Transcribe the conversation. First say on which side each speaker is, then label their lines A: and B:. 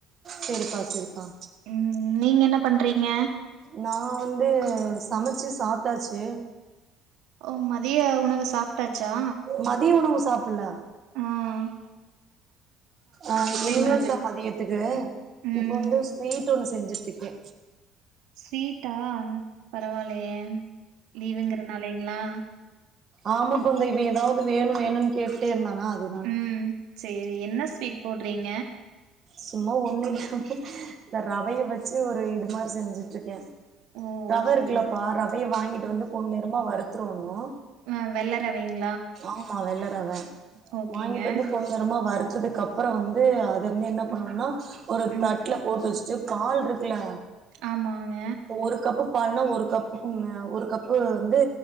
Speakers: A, on the right; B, on the right.
A: செரிப்பா செரிப்பா
B: ம் நீங்க என்ன பண்றீங்க
A: நா வந்து சமைச்சு சாப்ட்டாச்சு
B: ஓ மதிய உணவு சாப்ட்டாச்சா
A: மதிய உணவு சாப்புல்ல
B: ம்
A: ஆ இனிமேல்
B: உணவு.
A: தா மதியத்துக்கு
B: ம். ம்.
A: இப்ப வந்து ஸ்வீட் ஒண்ணு செஞ்சிட்ருக்கே
B: ஸ்வீட்டா பரவால்லையே லீவுங்கறனாலைங்ளா
A: ஆமாப்ப இந்த இப்ப ஏதாவுது வேணு வேணுன் கேட்டேருந்தானா அது
B: ம் சேரி என்ன ஸ்வீட் போடுறீங்க
A: சும்மா ஒண்ணுல்ல இந்த ரவைய வச்சு ஒரு இது மாரி செஞ்சுட்ருக்கே
B: ஓ!
A: ரவ
B: சரி,
A: இருக்குலப்பா
B: சரி.
A: ரவைய வாங்கிட்டு வந்து பொன்னெறமா வறுத்துருணு
B: ம் வெள்ள ரவைங்
A: ஆமா வெள்ள ரவ
B: ஓகேங்க.
A: வாங்கிட்டு வந்து பொன்னெறமா வறுத்ததுக்கு அப்புறோ வந்து அத வந்து என்னா பண்ணணுன்னா
B: ம்,
A: ஒரு
B: ம்.
A: தட்ல போட்டு வெச் சு பால்ட்ருக்குல
B: ஆமாங்க
A: ஒரு கப்பு பால்னா ஒரு கப்புக்கு மே ஒரு கப்பு வந்து